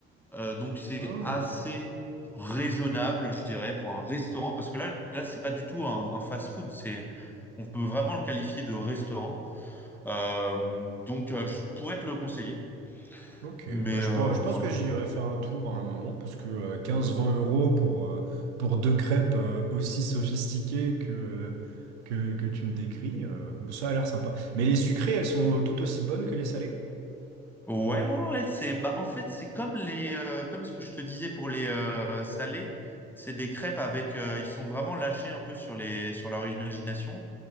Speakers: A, in the centre; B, on the right (about 70°).
A: Euh, donc, c'est
B: Ah,
A: assez raisonnable, je dirais, pour un restaurant. Parce que là, là, c'est pas du tout un, un fast-food. C'est, on peut vraiment le qualifier de restaurant. Euh, donc, euh, je pourrais te le conseiller.
B: ok.
A: Mais
B: Bah, je,
A: euh,
B: pense- je pense
A: voilà.
B: que j'irai faire un tour à un moment, parce que euh, quinze vingt euros pour, euh, pour deux crêpes euh, aussi sophistiquées que, euh, que, que tu me décris, euh, ça a l'air sympa. Mais les sucrées, elles sont tout aussi bonnes que les salées?
A: Ouais, ouais, ouais, c'est bah en fait c'est comme les euh, comme ce que je te disais pour les euh, salés, c'est des crêpes avec euh, ils sont vraiment lâchés un peu sur les sur leur imagination